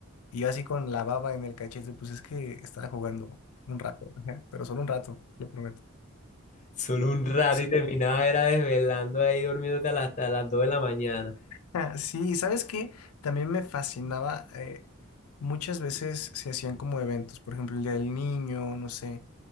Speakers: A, on the left; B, on the left.
A: Y yo así con la baba en el cachete, pues es que estaba jugando un rato, ajá, pero solo un rato, lo prometo.
B: Solo un rato
A: sí
B: y terminaba era desvelando ahí durmiéndote a las- hasta las 2 de la mañana.
A: Ah, Sí, y sabes que también me fascinaba, eh, muchas veces se hacían como eventos, por ejemplo, el Día del Niño, no sé,